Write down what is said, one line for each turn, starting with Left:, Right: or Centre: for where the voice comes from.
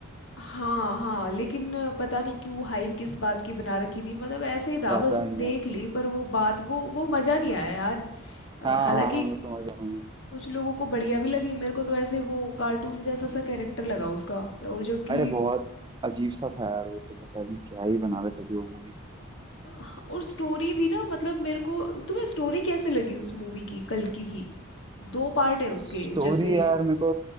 Left: हाँ हाँ लेकिन अ, पता नहीं क्यों हाइप किस बात की बना रखी थी मतलब ऐसे ही था
Right: पता
Left: बस देख
Right: नहीं यार
Left: ली पर वो बात वो वो मजा नहीं आया यार अ,
Right: हाँ
Left: हालांकि
Right: हाँ हाँ मैं समझ रहा हूँ
Left: कुछ लोगों को बढ़िया भी लगी मेरे को तो ऐसे वो कार्टून जैसा सा कैरेक्टर लगा उसका और जबकि
Right: अरे बहुत अजीब सा था यार वो तो पता नहीं क्या ही बना रहे थे अभी वो मूवी
Left: हाँ, और स्टोरी भी ना मतलब मेरे को तुम्हें स्टोरी कैसे लगी उस मूवी की कल्कि की दो पार्ट हैं उसके
Right: स्टोरी
Left: जैसे
Right: यार मेरे को